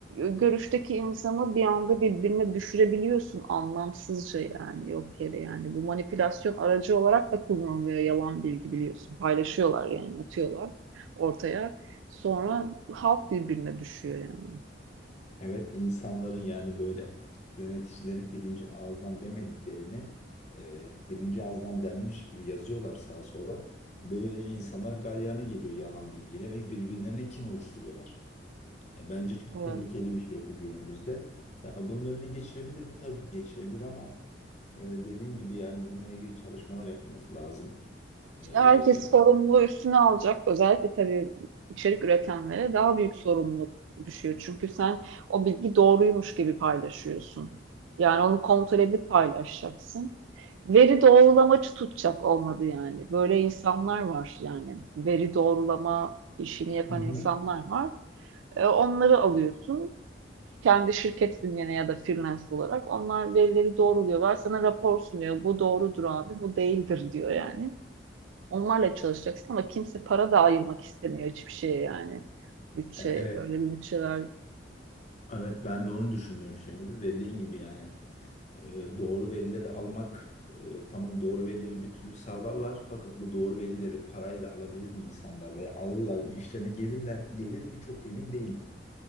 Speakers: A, on the right; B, on the left.
A: görüşteki insanı bir anda birbirine düşürebiliyorsun anlamsızca yani yok yere yani. Bu manipülasyon aracı olarak da kullanılıyor yalan bilgi biliyorsun. Paylaşıyorlar yani atıyorlar ortaya. Sonra halk birbirine düşüyor yani.
B: Evet insanların yani böyle yöneticilerin birinci ağızdan demediklerini e, birinci ağızdan denmiş gibi yazıyorlar sağa sola. Böylece insanlar galyana geliyor yalan bilgiyle ve birbirlerine kin oluşturuyorlar. Ya bence çok
A: Evet.
B: tehlikeli bir şey bu günümüzde. Ya bunun önüne geçilebilir mi? Tabii ki geçilebilir ama e, dediğin gibi yani bununla ilgili çalışmalar yapılması lazım. E, e,
A: Herkes sorumluluğu üstüne alacak. Özellikle tabii içerik üretenlere daha büyük sorumluluk düşüyor. Çünkü sen o bilgi doğruymuş gibi paylaşıyorsun. Yani onu kontrol edip paylaşacaksın. Veri doğrulamacı tutacak olmadı yani. Böyle insanlar var yani. Veri doğrulama işini yapan
B: Hı hı.
A: insanlar var. E, onları alıyorsun. Kendi şirket bünyene ya da freelance olarak onlar verileri doğruluyorlar. Sana rapor sunuyor. Bu doğrudur abi, bu değildir diyor yani. Onlarla çalışacaksın ama kimse para da ayırmak istemiyor hiçbir şeye yani. Bütçe,
B: e, evet,
A: öyle bir bütçeler.
B: evet ben de onu düşündüm şimdi. Dediğin gibi yani e, doğru verileri almak e, tamam doğru verileri bir türlü sağlarlar fakat bu doğru verileri parayla alabilir mi insanlar veya alırlar mı? İşlerine gelirler gelir mi? Çok emin değilim.